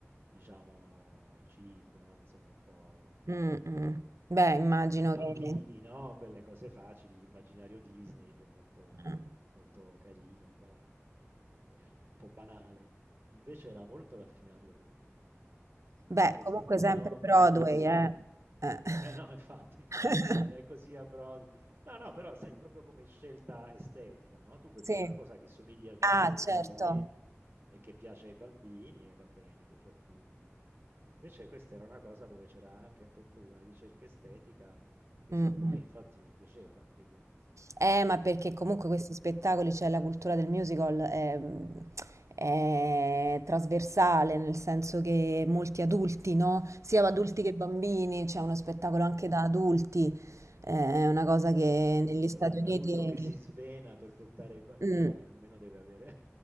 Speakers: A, on the right; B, on the right.
A: diciamo, cheap, no? Insomma, un po'
B: Mm, mm. Beh, immagino
A: per bambini,
B: che...
A: no? Quelle cose facili, l'immaginario Disney che è molto,
B: eh.
A: molto carino, però è anche un po' banale. Invece era molto raffinato da quel punto di vista.
B: Beh,
A: Poi questi
B: comunque
A: cantavano
B: sempre Broadway,
A: benissimo,
B: eh. Eh.
A: eh no, <laughs> infatti, infatti
B: <laughs>
A: se non è così a Broadway. No, no, però sai, proprio come scelta estetica, no? Tu puoi
B: Sì.
A: fare una cosa che somigli al cartone
B: Ah, certo.
A: Disney e che piace ai bambini e va bene, piace a tutti. Invece questa era una cosa dove c'era anche proprio una ricerca estetica che
B: Mm,
A: secondo
B: mm.
A: me infatti non piaceva tanto ai bambini.
B: Eh, ma perché comunque
A: Eh,
B: questi spettacoli, cioè la cultura del musical è, è trasversale, nel senso che molti adulti, no? Sia adulti
A: eh,
B: che bambini, c'è uno spettacolo anche
A: sì, sì.
B: da adulti, eh, è una cosa che
A: Eh, poi,
B: negli
A: insomma,
B: Stati
A: la- l'adulto
B: Uniti...
A: che si svena per portare i bambini
B: Mm.
A: almeno deve avere